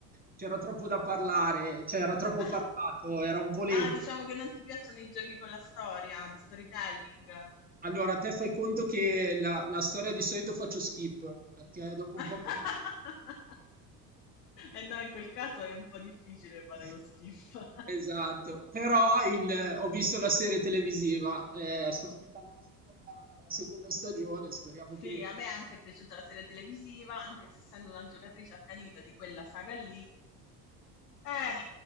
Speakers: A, on the right; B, on the left.
A: c'era troppo da parlare, cioè era troppo
B: Ah,
A: parlato, era un po' lento.
B: ah, diciamo che non ti piacciono i giochi con la storia, di storytelling.
A: Allora, te fai conto che la, la storia di solito faccio skip, perché dopo un
B: <laughs>
A: po'... mi-
B: E no, in quel caso è un po' difficile fare
A: <laughs>
B: lo skip. <laughs>
A: Esatto, però il- ho visto la serie televisiva, eh, sto aspettando la seconda, la seconda stagione, speriamo
B: Sì,
A: che...
B: a me anche è piaciuta la serie televisiva, anche se essendo una giocatrice accanita di quella saga lì. Eh.